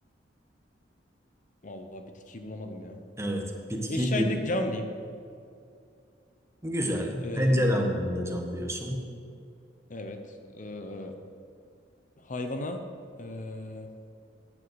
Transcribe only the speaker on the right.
Evet. Bitki
Güzel.
Pencere anlamında cam diyorsun.